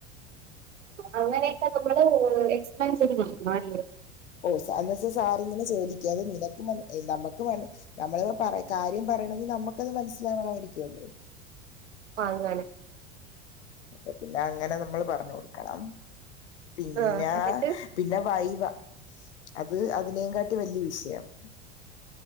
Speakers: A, on the right (about 85°); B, on the left (about 70°).
A: അങ്ങനെക്കെ നമ്മള് എക്സ്പ്ലെൻ ചെയ്ത് നോക്കണം അല്ലെ
B: ഓഹ് എന്ന് വച്ചാ സാറിയിങ്ങനെ ചോദിക്കും അത് നിനക്ക്‌ മന നമ്മക്ക്‌ മന- നമ്മള് പറ കാര്യം പറയണെങ്കി നമുക്കത് മനസ്സിലാവണാ യിരിക്കുമല്ലോ
A: അങ്ങനെ
B: അപ്പ പിന്നെ അങ്ങനെ നമ്മള് പറഞ്ഞു കൊടുക്കണം പിന്നെ
A: ആഹ് എന്നിട്ട്
B: - പിന്നെ വൈവ അത് അതിനേകാട്ടി വലിയ വിഷയം <inaudible>